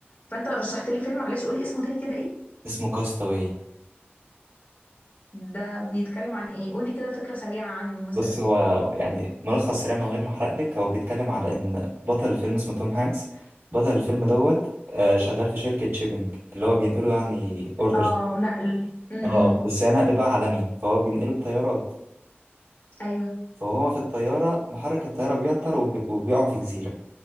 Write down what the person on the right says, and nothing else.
اسمه كاستاوي
بص هو يعني ملخص سريع من غير ما احرق لك هو بيتكلم على ان بطل الفيلم اسمه توم هانكس بطل الفيلم دوت آه شغال في شركه شيبنج اللي هو بينقله يعني اوردرز
اه بس هي نقل بقى عالمي فهو بينقله بطيارات
فهو في الطياره محرك الطياره بيعطل وبي- وبيقع في جزيره